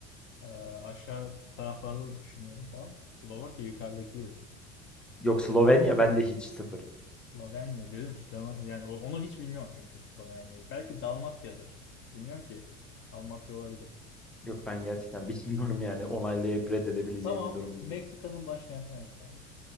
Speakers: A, on the left (about 40°); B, in the centre.
A: Ee, aşağı taraflarda da düşünüyorum falan. Slovakya yukarıdakiydi.
B: Yok Slovenya bende hiç sıfır.
A: Slovenya diyorum Slovenya yani o- onu hiç bilmiyorum çünkü Slovenya'yı. Belki Dalmatya'dır. Bilmiyorum ki. Dalmatya olabilir.
B: Yok ben gerçekten bilmiyorum yani onaylayıp reddedebileceğim
A: Tamam.
B: bir durum
A: Meksika'nın
B: değil.
A: başkenti neresi abi?